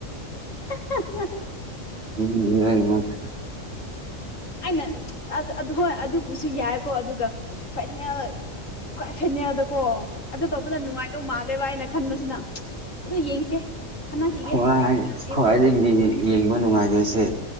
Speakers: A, on the left; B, on the right.
A: <unintelligible>
B: ꯎꯝ ꯌ ꯃꯥ꯭ <unintelligible> ꯔ
A: ꯑꯩꯅ ꯑꯁ ꯍꯣꯏ ꯑꯗꯨꯕꯨꯁꯨ ꯌꯥꯏꯀꯣ ꯑꯗꯨꯒ ꯐꯥꯏꯅꯦꯜ ꯈꯋ꯭ꯥꯏ ꯐꯥꯏꯅꯦꯜꯗ ꯀꯣ ꯑꯗꯨ ꯇꯧꯕꯅ ꯅꯨꯡꯉꯥꯏꯗꯧ ꯃꯥꯜꯂꯦꯕ ꯑꯩꯅ ꯈꯟꯕꯁꯤꯅ ꯑꯗꯨ ꯌꯦꯡꯁꯦ ꯈꯟꯅꯈꯤꯒꯦ
B: ꯈꯋꯥ
A: ꯑꯩꯈꯣꯏꯗ
B: ꯈꯋꯥꯥꯏꯗ ꯌꯦꯡꯕ ꯅꯨꯡꯉꯥꯏꯗꯣꯏꯁꯦ